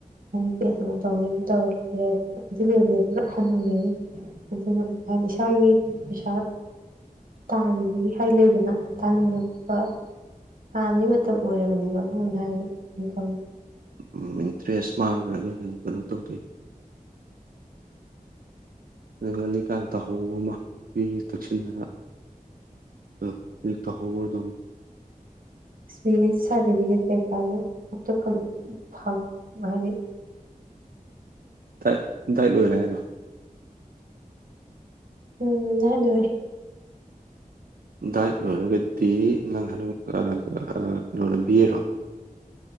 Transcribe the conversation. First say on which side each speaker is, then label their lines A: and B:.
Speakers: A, on the right; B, on the right.
A: ꯑꯃꯨꯛ ꯕꯦꯠ ꯑꯃꯨꯛ ꯇꯧꯅꯤ ꯑꯗꯨ ꯇꯧꯂꯩꯔꯗꯤ ꯑꯗꯨ ꯂꯣꯏꯕꯗꯗꯤ ꯂꯣꯏ ꯍꯥꯅꯨꯔꯅꯤ ꯑꯗꯨꯒ ꯏꯁꯥꯒꯤ ꯄꯩꯁꯥ ꯇꯥꯟꯕꯒꯤ ꯍꯥꯏ ꯂꯩꯗꯅ ꯇꯥꯅꯤꯡꯉꯛꯄ ꯇꯥꯟꯕꯩ ꯃꯇꯝ ꯑꯣꯏꯔꯕꯅꯦꯕ ꯃꯔꯣꯝꯗ ꯍꯥꯏꯔꯕꯗꯤ ꯁꯤꯟꯐꯝ
B: ꯎꯝ ꯏꯟꯇꯔꯦꯁ ꯃꯥꯡꯈꯔꯒꯖꯨ ꯀꯩꯅꯣ ꯇꯧꯗꯦ ꯅꯪ ꯉꯜꯂꯤꯀꯥꯟ ꯇꯥꯍꯧꯕ ꯑꯃ ꯒꯤꯒꯤ ꯇꯛꯁꯤꯟꯗꯅ ꯗꯣ ꯍꯧꯖꯤꯛ ꯇꯧꯍꯧꯔꯗꯧꯅꯤ
A: ꯑꯦꯛꯁꯄꯤꯔꯤꯌꯦꯟꯁ ꯁꯥꯔꯇꯤꯐꯤꯀꯦꯠ ꯀꯩꯀꯥꯗꯣ ꯑꯝꯇ ꯐꯪ ꯐꯪ ꯍꯥꯏꯗꯤ
B: ꯗꯥꯏ ꯗꯥꯏꯠ ꯂꯣꯏꯔꯦ ꯍꯥꯏꯔꯣ
A: ꯎꯝ ꯗꯥꯏꯠ ꯂꯣꯏꯔꯦ
B: ꯗꯥꯏꯠ ꯂꯣꯏꯔꯒꯗꯤ ꯅꯪ ꯍꯟꯗꯛ ꯑ ꯑ ꯀꯩꯅꯣ ꯕꯤꯑꯦꯔꯣ